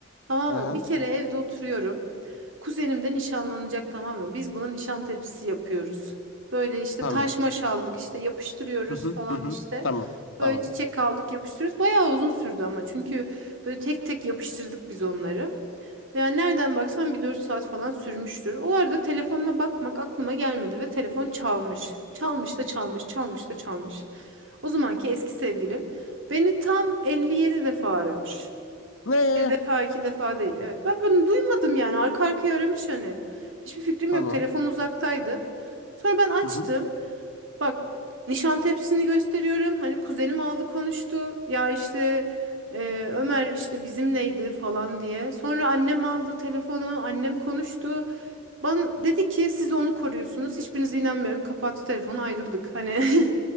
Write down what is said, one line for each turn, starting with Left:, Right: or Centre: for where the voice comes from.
Right: Tamam
Left: Hı hı.
Right: mı? Bir kere evde oturuyorum. Kuzenim de nişanlanacak tamam mı? Biz buna nişan tepsisi yapıyoruz. Böyle işte
Left: Tamam.
Right: taş maş aldık işte yapıştırıyoruz
Left: Hı hı.
Right: falan
Left: Hı hı.
Right: işte.
Left: Tamam. Tamam.
Right: Böyle çiçek aldık yapıştırıyoruz. Bayağı uzun sürdü ama çünkü böyle tek tek yapıştırdık biz onları. Yani nereden baksan bir 4 saat falan sürmüştür. O arada telefonuma bakmak aklıma gelmedi ve telefon çalmış. Çalmış da çalmış, çalmış da çalmış. O zamanki eski sevgilim beni tam 57 defa aramış.
Left: Ne?
Right: Bir defa, iki defa değil. Evet. Ben bunu duymadım yani. Arka arkaya aramış hani. Hiçbir fikrim
Left: Tamam.
Right: yok. Telefon uzaktaydı. Sonra ben açtım.
Left: Hı hı.
Right: Bak Nişantepsi'ni gösteriyorum. Hani kuzenim aldı konuştu. Ya işte e, Ömer işte bizimleydi falan diye. Sonra annem aldı telefonu. Annem konuştu. Bana dedi ki siz onu koruyorsunuz. Hiçbirinize inanmıyorum. Kapattı telefonu ayrıldık. Hani <laughs>